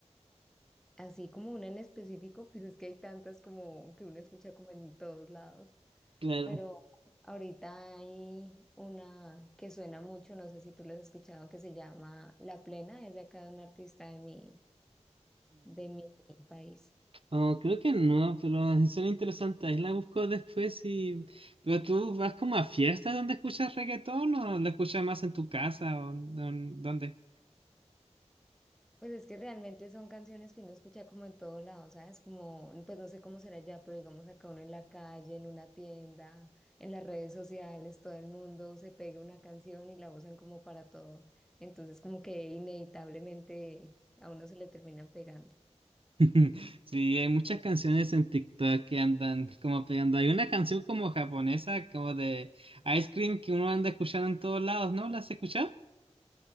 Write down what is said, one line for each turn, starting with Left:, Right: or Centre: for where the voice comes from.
Centre: así como una en específico, pues es que hay tantas como que uno escucha como en todos lados.
Right: Claro.
Centre: pero ahorita hay una que suena mucho, no sé si tú la has escuchado, que se llama La Plena, es de acá de un artista de mi, de mi país.
Right: Oh, creo que no, pero <laughs> son interesantes. Ahí la busco después y... ¿Pero tú vas como a fiestas donde escuchas reggaetón o la escuchas más en tu casa o don- dónde?
Centre: Pues es que realmente son canciones que uno escucha como en todos lados, ¿sabes? Como, pues no sé cómo será ya, pero digamos acá uno en la calle, en una tienda, en las redes sociales, todo el mundo se pega una canción y la usan como para todo. Entonces como que inevitablemente a uno se le terminan pegando.
Right: <laughs> Sí, hay muchas canciones en TikTok que andan como pegando. Hay una canción como japonesa, como de Ice Cream que uno anda escuchando en todos lados, ¿no? ¿La has escuchado?